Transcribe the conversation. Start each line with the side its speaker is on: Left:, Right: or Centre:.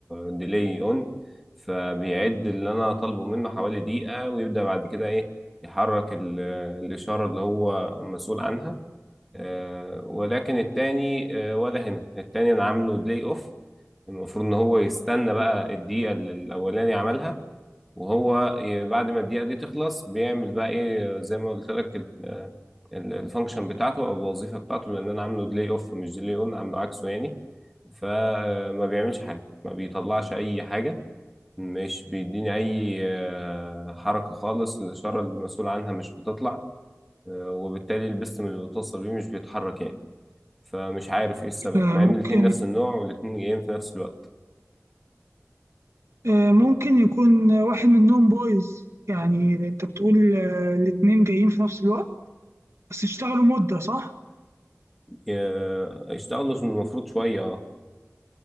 Centre: ديلي اون فبيعد اللي انا طالبه منه حوالي دقيقه ويبدا بعد كده ايه يحرك ال- الاشاره اللي هو مسؤول عنها آه، ولكن التاني آه، ولا هنا التاني انا عامله بلاي اوف المفروض ان هو يستنى بقى الدقيقة اللي الاولاني عملها وهو ي- بعد ما الدقيقة دي تخلص بيعمل بقى ايه آه، زي ما قلت لك ال- آه، ال- الفانكشن بتاعته او الوظيفة بتاعته لان انا عامله بلاي اوف مش ديلي اون عامله عكسه يعني فما بيعملش حاجة ما بيطلعش اي حاجة مش بيديني اي آه، حركة خالص الاشارة اللي المسؤول عنها مش بتطلع آه، وبالتالي البستم اللي بتوصل بيه مش بيتحرك يعني فمش عارف ايه السبب
Right: آه،
Centre: مع
Right: ممكن
Centre: ان الاتنين نفس النوع والاتنين جايين في نفس الوقت
Right: آه، ممكن يكون واحد منهم بايظ يعني أنت بتقول آه، الاتنين جايين في نفس الوقت بس اشتغلوا مدة صح؟
Centre: ي- يشتغلوا المفروض شوية اه